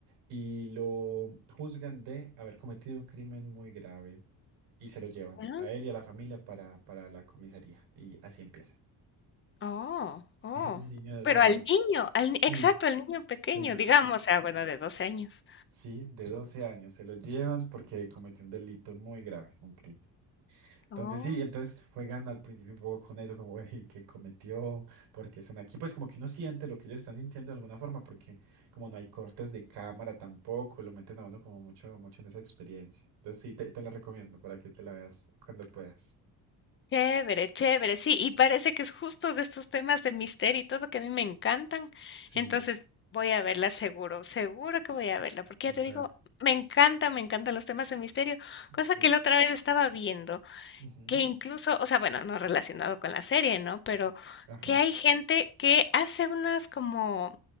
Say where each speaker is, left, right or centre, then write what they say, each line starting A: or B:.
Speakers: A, on the right (about 90°); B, on the left (about 30°).
A: y lo juzgan de haber cometido un crimen muy grave y se lo llevan
B: Ah,
A: a él y a la familia para, para la comisaría. Y así empieza.
B: Oh, oh.
A: <laughs> El niño de 12
B: Pero
A: años.
B: al niño, al, ni- exacto,
A: Sí,
B: al niño pequeño,
A: se lle-
B: digamos,
A: sí,
B: o sea, bueno, de 12 años.
A: sí, de 12 años. Se lo llevan porque cometió un delito muy grave, un crimen. Entonces
B: Oh,
A: sí, entonces juegan al principio un poco con eso, como, que ¿qué cometió? porque están aquí? Pues como que uno siente lo que ellos están sintiendo de alguna forma, porque como no hay cortes de cámara tampoco, lo meten a uno como mucho, mucho en esa experiencia. Entonces sí, te, te la recomiendo para que te la veas cuando puedas.
B: chévere, chévere. Sí, y parece que es justo de estos temas de misterio y todo que a mí me encantan.
A: Sí,
B: Entonces, voy a verla seguro, seguro que voy a verla, porque
A: dale,
B: ya te digo, me encanta, me encantan los temas de misterio, cosa
A: sí.
B: que la otra vez estaba viendo.
A: Ujú.
B: Que incluso, o sea, bueno, no relacionado con la serie, ¿no? Pero
A: Ajá,
B: que hay gente que hace unas como,